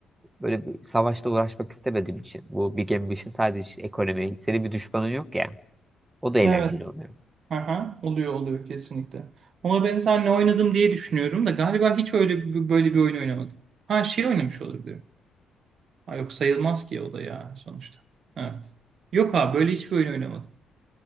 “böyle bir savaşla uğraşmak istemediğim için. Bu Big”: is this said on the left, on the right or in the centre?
Right